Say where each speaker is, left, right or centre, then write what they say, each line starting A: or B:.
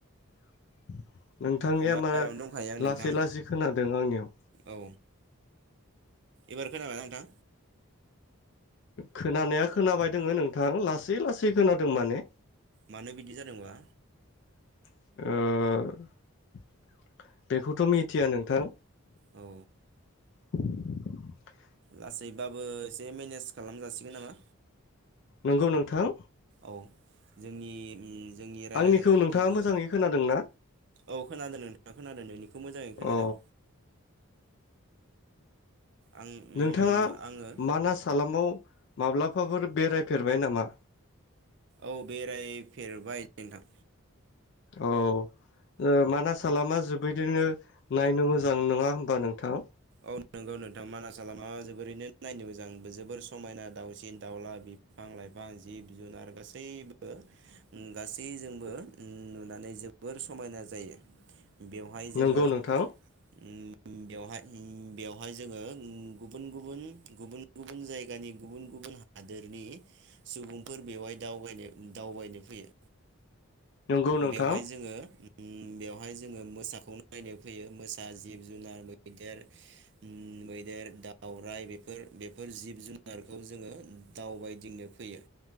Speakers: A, on the left (about 50°); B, on the right (about 55°).
A: <inaudible> नोंथांनिया
B: बाहेरायावनो
A: मा
B: दंखायो आं
A: लासै
B: नोंथां
A: लासै खोनादों आंनियाव।
B: औ एबार खोनाबायना नोंथां
A: खोनानाया खोनाबाय दोङो नोंथां लासै लासै खोनादों माने।
B: मानो बिदि जादोंबा।
A: ओ बेखौथ' मिथिया नोंथां।
B: औ
A: <unintelligible>
B: लासैबाबो एसे मेनेज खालामजासिगोन नामा।
A: नंगौ नोंथां
B: औ जोंनि ओम जोंनि रायलायनांगौखिनिखौ
A: आंनिखौ नोंथाङा मोजाङै खोनादोंना
B: औ खोनादों नोंथाङा खोनादों नोंनिखौ मोजाङै खोनादों।
A: अ
B: आं उम
A: नोंथाङा
B: आङो
A: मानास हालामाव माब्लाबा फोर बेरायफेरबाय नामा?
B: औ बेरायफेरबाय नोंथां।
A: औ ओ मानास हालामा जोबोरैनो नायनो मोजां नङा होमबा नोंथां?
B: औं नोंगौ नोंथां मानास हालामा जोबोरैनो नायनो मोजां जोबोर समायना दावसिन दाउला बिफां लाइफां जिब जुनार गासैबो गासैजोंबो ओम नुनानै जों जोबोर समायना जायो बेवहाय जोङो
A: नंगौ
B: ओम
A: नोंथां
B: बेवहाय ओम बेवहाय जोङो ओम गुबुन गुबुन गुबुन गुबुन जायगानि गुबुन गुबुन हादोरनि सुबुंफोर बेवहाय दावबायनो दावबायनो फैयो।
A: नंगौ नोंथां
B: बेवहाय जोङो ओम ओम बेवहाय जोङो मोसाखौ नायनो फैयो मोसा जिब जुनार मैदेर ओम मैदेर दउराइ बेफोर बेफोर जिब जुनारखौ जोङो दावबायदिं नो फैयो।